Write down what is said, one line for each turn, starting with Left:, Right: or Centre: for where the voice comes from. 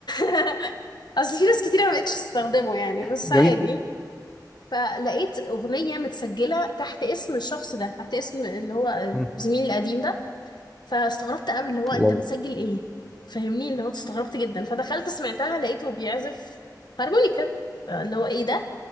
Left: <laughs> اصل في ناس كتير ما بقتش تستخدمه يعني بس
Centre: جميل
Left: عادي فلقيت أغنية متسجلة تحت اسم الشخص ده تحت اسم اللي هو
Centre: مم.
Left: زميلي القديم ده فاستغربت قوي اللي هو انت
Centre: واو
Left: بتسجل ايه فاهمني اللي هو استغربت جدا فدخلت سمعتها لقيته بيعزف هارمونيكا اللي هو ايه ده